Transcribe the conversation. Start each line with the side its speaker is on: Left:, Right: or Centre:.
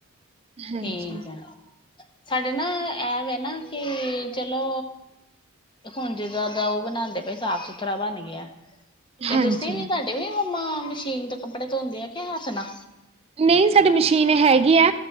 Right: ਹਾਂਜੀ
Left: ਠੀਕ ਐ ਸਾਡੇ ਨਾ ਐ ਵੇ ਨਾ ਕਿ ਚਲੋ ਹੁਣ ਜਿੱਦਾ ਦਾ ਉਹ ਬਣਾਂਦੇ ਪਏ ਸਾਫ਼ ਸੁਥਰਾ ਬਣ ਗਿਆ। ਤੇ
Right: ਹਾਂਜੀ
Left: ਤੁਸੀਂ ਵੀ ਤੁਹਾਡੇ ਵੀ ਮੰਮਾ ਮਸ਼ੀਨ ਤੋਂ ਕੱਪੜੇ ਧੋਂਦੇ ਆ ਕੇ ਹਾਥ ਨਾਲ
Right: ਨਹੀਂ ਸਾਡੇ ਮਸ਼ੀਨ ਹੈਗੀ ਆ